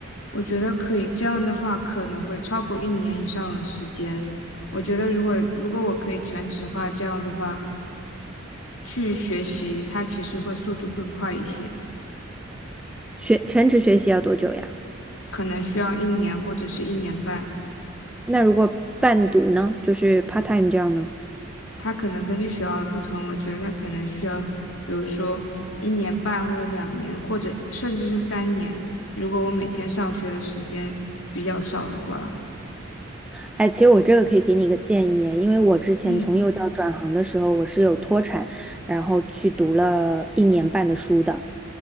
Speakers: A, on the left; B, in the centre.
A: 我觉得可以，这样的话可能会超过一年以上的时间。我觉得如果如果我可以全职化，这样的话去学习，它其实会速度更快一些，
B: 学全职学习要多久呀？
A: 可能需要一年或者是一年半。
B: 那如果半读呢，就是 part time 这样呢？
A: 它可能根据学校的不同，我觉得它可能需要，比如说一年半或者两年，或者甚至是三年。如果我每天上学的时间比较少的话，
B: 哎，其实我这个可以给你一个建议因为我之前从幼教转行的时候，
A: 嗯
B: 我是有脱产，然后去读了一年半的书的。